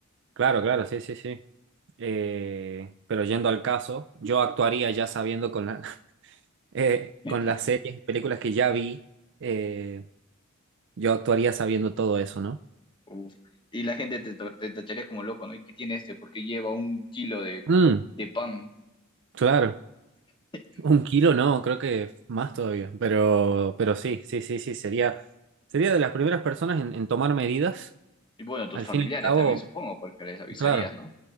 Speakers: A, on the right; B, on the left.
A: Claro, claro, sí, sí, sí. Eh, pero yendo al caso, yo actuaría ya sabiendo con la, <laughs> eh,
B: <laughs>
A: con las series y películas que ya vi, eh, yo actuaría sabiendo todo eso, ¿no?
B: Uf. Y la gente te, to- te tacharía como loco, ¿no? ¿Y qué tiene este? ¿Por qué lleva un kilo de,
A: Mm,
B: de pan?
A: claro.
B: <laughs>
A: Un kilo no, creo que más todavía, pero, pero sí, sí, sí, sí, sería, sería de las primeras personas en, en tomar medidas.
B: Y bueno, tus
A: Al
B: familiares
A: fin y al cabo,
B: también supongo, porque les avisarías,
A: claro,
B: ¿no?